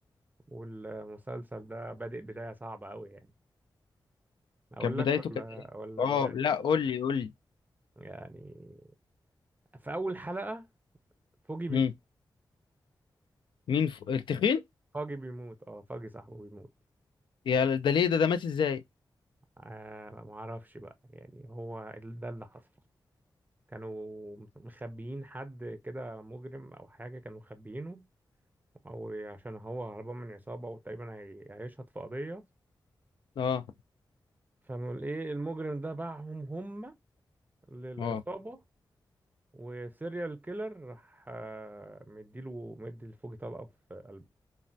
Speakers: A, on the right (about 20°); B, on the left (about 80°).
A: والمسلسل ده بادئ بداية صعبة قوي يعني اقول
B: كانت
A: لك
B: بدايته كانت
A: ولا
B: إيه؟
A: ولا
B: اه
A: بلاش
B: لا قول لي قول لي
A: يعني في اول حلقة فوجي بيموت
B: مم. مين ف... التخين
A: فوجي بيموت اه فوجي صاحبه بيموت
B: يا ده ليه ده ده مات ازاي
A: آه ما اعرفش بقى يعني هو ال- ده اللي حصل كانوا مخبيين حد كده مجرم او حاجة كانوا مخبيينه او عشان هو هربان من عصابة وتقريبا هي- هيشهد في قضية
B: اه
A: فايه المجرم ده باعهم هم للعصابة
B: اه
A: وسيريال كيلر راح آه، مديله مدي الفوجي طلقة في قلبه